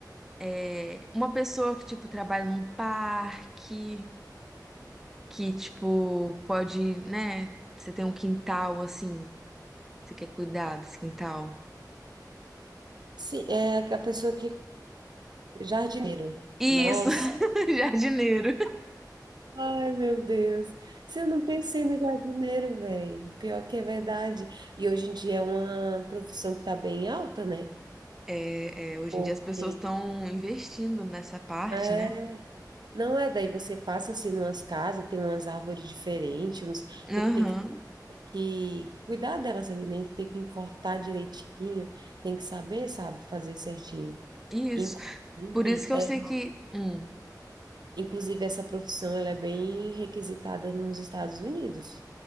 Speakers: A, in the centre; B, on the right.
A: é uma pessoa que, tipo, trabalha num parque, que, tipo, pode, né? Você tem um quintal, assim, você quer cuidar desse quintal.
B: Sim, é a pessoa que. Jardineiro.
A: Isso,
B: Nossa.
A: <laughs> jardineiro.
B: Ai, meu Deus. Se eu não pensei no jardineiro, velho. Pior que é verdade. E hoje em dia é uma profissão que tá bem alta, né?
A: É, é, hoje
B: Porque
A: em dia as pessoas estão investindo nessa parte,
B: é,
A: né?
B: não é daí você passa assim numas casas, tem umas árvores diferentes, uns,
A: Aham,
B: porque tem que, tem que cuidar delas ali, né? Tem que cortar direitinho, tem que saber, sabe, fazer certinho.
A: isso.
B: Inclusive,
A: Por isso que
B: é,
A: eu sei que. Hum.
B: inclusive essa profissão ela é bem requisitada nos Estados Unidos.